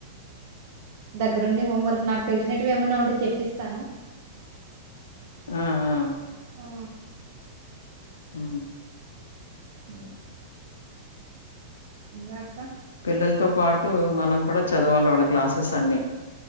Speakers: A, on the right; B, on the left.
A: దగ్గరుండి హోంవర్క్ నాకు తెలిసినట్వి ఏమన్నా ఉంటే చెప్పిస్తాను
B: ఆ ఆ
A: ఆ
B: అ
A: సరే ఇకా
B: పిల్లలతో పాటు మనం కూడా చదవాలి వాళ్ళ క్లాసెస్ అన్ని